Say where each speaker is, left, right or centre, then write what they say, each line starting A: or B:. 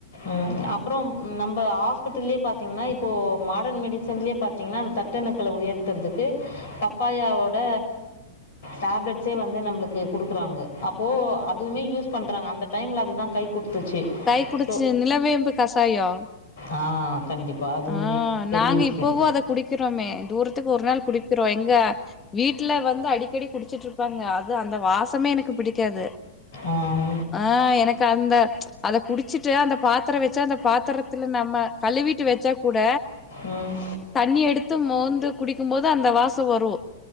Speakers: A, on the left; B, on the left.
A: ம் அப் ப்றோ நம்ம ஹாஸ்பிட்டல்லயே பாத்தீங்ன்னா இப்போ மாடர்ன் மெடிசன்லயே பாத்தீங்ன்னா இந்த தட்டணுக்கள உயர் ததுறதுக்கு பப்பாயாவோட டேப்லெட்ஸே வந்து நம்மளுக்கு குடுக்குறாங்க அப்போ அதுமே யூஸ் பண்றாங்க அந்த டைம்ல அது தா கை குடுத்துச்சு
B: கை குடிச்சு
A: சோ
B: நிலவேம்பு கசாயோ
A: ஆ கண்டிப்பாக அதுவுமே
B: ஆ
A: பெரிய
B: நாங்க
A: விஷயம்
B: இப்பவு அத குடிக்கிறோமே தூரத்துக்கு ஒரு நாள் குடிக்கிறோ எங்க வீட்ல வந்து அடிக்கடி குடிச்சிட்டு இருப்பாங்க அது அந்த வாசமே எனக்கு பிடிக்காது
A: ஆம்
B: ஆ எனக்கு அந்த அத குடிச்சுட்டு அந்த பாத்தரோ வச்சா அந்த பாத்திரத்துல நம்ம கழுவிட் டு வெச்சா கூட
A: ம்
B: தண்ணி எடுத்து மோந்து குடிக்கும் போது அந்த வாசோ வரு